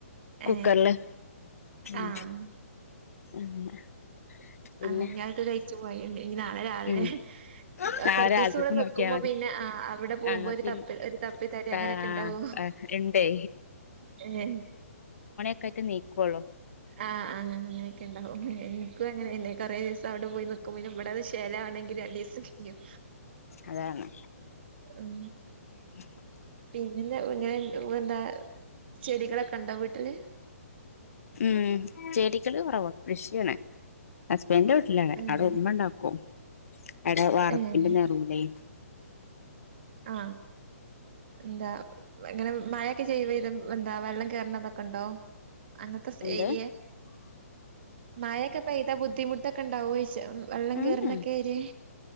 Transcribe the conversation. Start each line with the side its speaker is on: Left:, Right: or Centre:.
Left: കുക്കറില്
Right: ഏ
Left: ഉം
Right: ആഹ്
Left: അങ്ങനെ
Right: <unintelligible>
Left: പിന്നെ
Right: <unintelligible> നാളെ രാവിലെ
Left: ഉം
Right: അഹ്
Left: നാളെ
Right: കുറച്ച
Left: രാവിൽക്കക്ക്
Right: ദിവസം ഇവിടെ നിക്കുമ്പോ
Left: നോക്കിയാ മതി
Right: പിന്നെ ആ അവിടെ പോകുമ്പോ
Left: ആഹ്
Right: ഒരു
Left: പിൻ
Right: ത ഒരു തപ്പിത്തടി
Left: താ
Right: അങ്ങനെയൊക്കെ ണ്ടാവോ
Left: ആഹ് ഇണ്ടേ
Right: ഹെ
Left: <inaudible> നീകൊള്ളു
Right: ആ ആ അങ്ങനെക്കെണ്ടാവും ഇൻക്കും അങ്ങനെന്നെ കൊറേ ദിവസം അവടെ പോയി നിക്കുമ്പോ പിന്നെ ഇവടെ ചെലാ ആണെങ്കി രണ്ടീസം കയ്യും
Left: അതാണ്
Right: ഉം
Left: <unintelligible>
Right: പിന്നെ എന്താ ചെടികളക്കണ്ടോ വീട്ടില്
Left: ഉം ചെടികള് കൊറവാ കൃഷിയാണ് ഹസ്ബൻന്റെ വീട്ടിലാണ്
Right: ഏഹ്
Left: അവടെ ഉമ്മണ്ടാക്കും അവടെ വാർപ്പിന്റെ
Right: ഏഹ്
Left: നെറുലെ
Right: ആ ന്താ എങ്ങനെ മയെക്കെ ചെയ്യ വരും എന്താ വെള്ളം കേറ്ണതൊക്കെ ഇണ്ടോ അങ്ങൻ ത്തെ
Left: എന്ത്
Right: ഏരിയെ മഴക്കെ പെയ്താ ബുദ്ധിമുട്ടൊക്കെ ഇണ്ടാവോയ്ചാ വള്ളം
Left: ഉം
Right: കേർണക്കെ ഏരിയെ